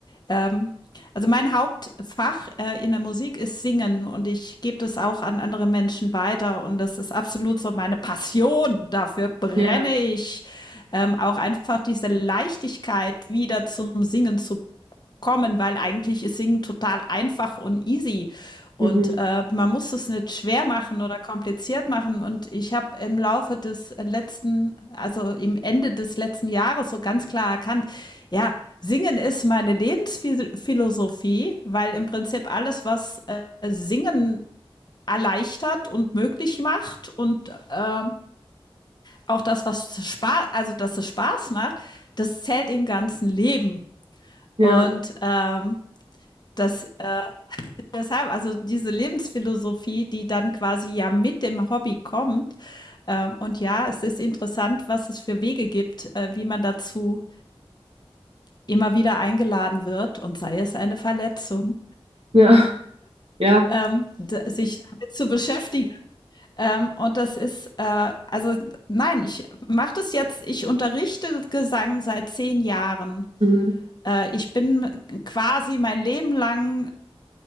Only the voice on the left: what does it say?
ähm, also mein Hauptfach äh, in der Musik ist Singen und ich gebe das auch an andere Menschen weiter und das ist absolut so meine Passion. Dafür brenne
ich. Ähm, auch einfach diese Leichtigkeit wieder zum Singen zu kommen, weil eigentlich ist Singen total einfach und easy. Und
äh, man muss es nicht schwer machen oder kompliziert machen. Und ich habe im Laufe des letzten, also im Ende des letzten Jahres so ganz klar erkannt, ja, Singen ist meine Lebensphilosophie, weil im Prinzip alles, was äh, Singen erleichtert und möglich macht und äh, auch das, was Spaß, also dass es Spaß macht, das zählt im ganzen Leben.
Und ähm, das, äh deshalb, also diese Lebensphilosophie, die dann quasi ja mit dem Hobby kommt. Ähm, und ja, es ist interessant, was es für Wege gibt, äh, wie man dazu immer wieder eingeladen wird und sei es eine Verletzung,
ähm, d- sich damit zu beschäftigen. Ähm, und das ist, äh, also nein, ich mache das jetzt, ich unterrichte Gesang seit zehn Jahren.
Äh, ich bin quasi mein Leben lang